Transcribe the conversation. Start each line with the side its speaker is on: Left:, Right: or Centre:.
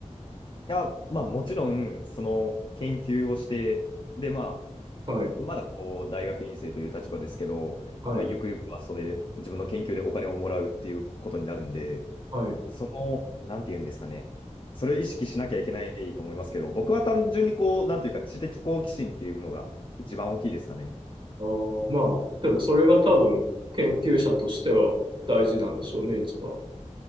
Left: や、まあ、もちろん、その研究をして、で、ま
Right: はい
Left: あ、まだこう、大学院生という立場ですけど、
Right: はい
Left: まあ、ゆくゆくはそれで、自分の研究でお金をもらうっていうことになるんで、
Right: はい。
Left: その、なんて言うんですかね。それを意識しなきゃいけないと思いますけど、僕は単純にこう、なんていうか、知的好奇心っていうのが一番大きいですかね。
Right: あーまあでもそれが多分研究者としては大事なんでしょうね一番。